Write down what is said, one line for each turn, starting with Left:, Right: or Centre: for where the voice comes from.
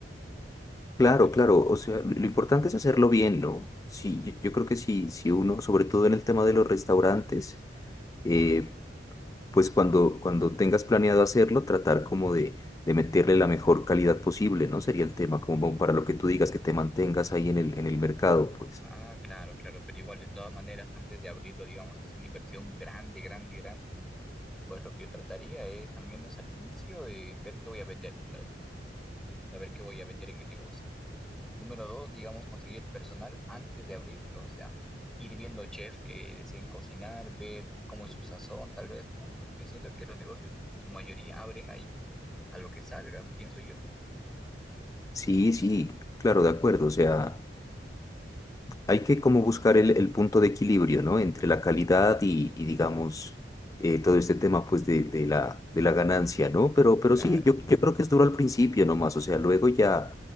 Left: Claro,
Centre: Pero
Left: claro. O sea, lo lo importante es hacerlo bien, ¿no? Sí, yo, yo creo que sí, si uno, sobre todo en el tema de los restaurantes, eh, pues cuando, cuando tengas planeado hacerlo, tratar como de, de meterle la mejor calidad posible, ¿no? Sería el tema, como para lo que tú digas, que te mantengas ahí en el, en el mercado, pues.
Centre: Ah, claro, claro, pero igual de todas maneras, antes de abrirlo, digamos, hacer la inversión grande, grande, grande, pues lo que yo trataría es, al menos al inicio, eh, ver qué voy a vender, número uno, saber qué voy a vender en el negocio. Número dos, digamos, conseguir personal antes de abrirlo, o sea, ir viendo chefs que deseen cocinar, ver cómo es su sazón, tal vez, ¿no? Porque siento que los negocios en su mayoría abren ahí a lo que salga, pienso yo.
Left: Sí, sí, claro, de acuerdo. O sea. hay que como buscar el, el punto de equilibrio, ¿no? Entre la calidad y, y digamos, eh, todo este tema, pues, de, de la, de la ganancia, ¿no? Pero, pero
Centre: Claro,
Left: sí, yo, yo creo que es duro al principio nomás, o sea, luego ya